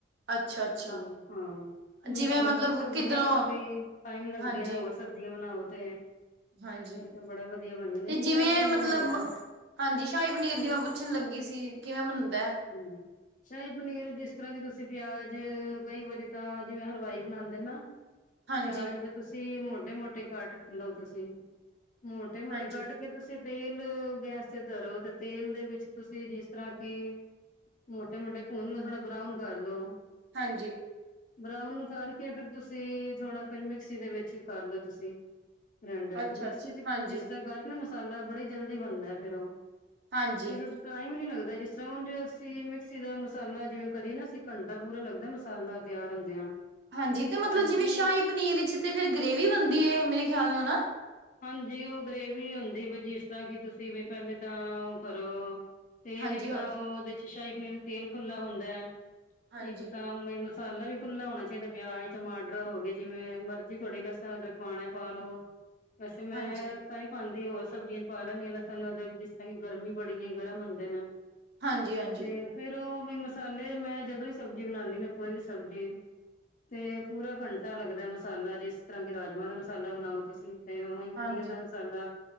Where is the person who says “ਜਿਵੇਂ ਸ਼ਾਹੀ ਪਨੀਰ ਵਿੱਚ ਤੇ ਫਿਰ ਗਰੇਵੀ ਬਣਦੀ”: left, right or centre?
Right